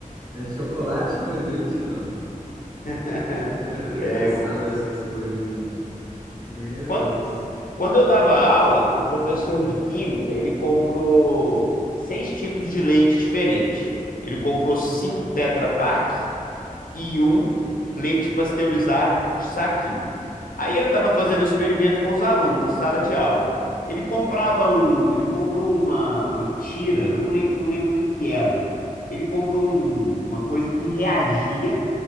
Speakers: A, on the right (about 25°); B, on the left (about 80°).
A: Vende chocolate, mas leite não.
B: <laughs>
A: Mas é engraçado
B: É, com...
A: essas coisas, mano. Que meu
B: Quanto
A: Deus.
B: Quando eu dava aula, o professor de química, ele comprou seis tipos de leite diferentes.
A: Hum,
B: Ele comprou cinco Tetra Pak e um leite pasteurizado de saquinho. Aí ele estava fazendo um experimento com os alunos em sala de aula. Ele comprava um, ele comprou uma, uma tira, eu não, lem- não lembro o que que era. Ele comprou um- uma coisa que reagia